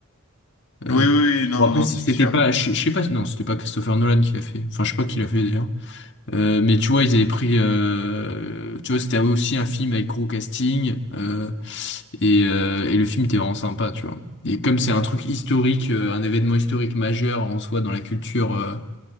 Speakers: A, on the left; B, on the left.
A: Oui,
B: Euh,
A: oui, oui, non,
B: bon après
A: non, non,
B: c-
A: c'est
B: c'était
A: sûr.
B: pas je je sais pas non c'était pas Christopher Nolan qui l'a fait enfin je sais pas qui l'a fait d'ailleurs Euh, mais tu vois ils avaient pris euh, tu vois c'était aussi un film avec gros casting euh, et, euh, et le film était vraiment sympa tu vois et comme c'est un truc historique euh, un événement historique majeur en soi dans la culture euh,